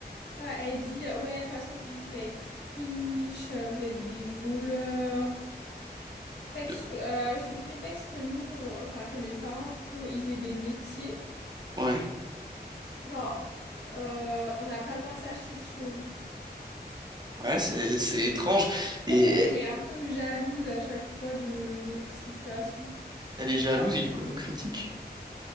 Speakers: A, on the left; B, on the right.
A: Là, elle dit euh, ouais, de toute façon vous êtes riches, euh, vous êtes des voleurs. Faites
B: De-
A: sous, euh, sous prétexte que nous, on- enfin que mes parents plutôt, ils aient des métiers.
B: Ouais,
A: Genre euh, on n'a pas le droit de s'acheter de choses.
B: ouais, c'est c'est étrange. Et
A: En fait, elle est un peu jalouse à chaque fois de notre situation.
B: elle est jalouse
A: alors
B: et
A: que.
B: du coup elle vous critique.